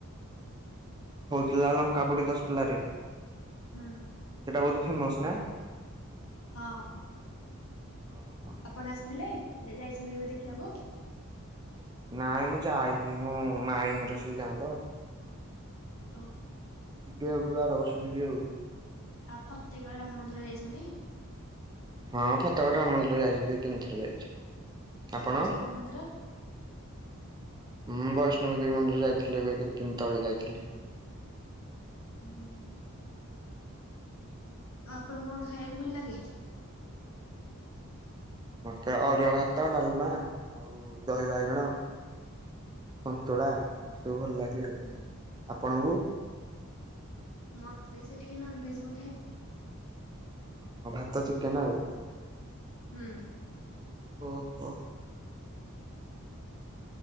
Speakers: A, on the right; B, on the left.
A: ହଉଥିଲା ଲଙ୍କପୋଡ଼ି ଦଶପଲାରେ। ସେଟା
B: ହୁଁ
A: ବହୁତ୍ ଫେମୋସ ନା?
B: ହଁ।
A: ଓହୋ
B: ଆପଣ ଆସିଥିଲେ, ଯା-ଯାଇଚନ୍ତି କେବେ ଦେଖିବାକୁ?
A: ନାଇଁ ମୁଁ ଯାଇନି ମୁଁ ମାଇ ଘର ସେଇ ଗାଆଁ ତ।
B: ଓ ।
A: ଯିବି ଆଉ କେବେ ଆରବର୍ଷ ଯିବି ଆଉ।
B: ଆଉ ଫତେଗଡ଼ ରାମ ମନ୍ଦିର ଯାଇଚନ୍ତି?
A: ହଁ ଫତେଗଡ଼ ରାମ ମନ୍ଦର ଯାଇଚି, ଦିତିନି ଥର ଯାଇଚି। ଆପଣ
B: ବୈଷ୍ଣବୀ
A: ହଁ
B: ମନ୍ଦିର?
A: ବୈଷ୍ଣବ ଦେବୀ ମନ୍ଦିର। ଯାଇଥିଲି ଏବେ କେତେ ଦିନ ତଳେ ଯାଇଥିଲି।
B: ହୁଁ।
A: ହୁଁ।
B: ଆଉ ଆପଣଙ୍କୁ କଣ ଖାଇବାକୁ ଭଲ ଲାଗେ?
A: ମୋତେ ଅରୁଆ ଭାତ ଡାଲମା ଆଉ ଦହି ବାଇଗଣ। ସନ୍ତୁଳା
B: ହଁ
A: ଏସବୁ ଭଲ ଲାଗେ। ଆଉ
B: ହୁଁ।
A: ଆପଣଙ୍କୁ?
B: ମତେ ସେ ଟିକେ ନନଭେଜ ରୂହେ ଆଉ।
A: ଓହୋ ଭାତ ଚିକେନ ଆଉ।
B: ହୁଁ।
A: ଓହୋ।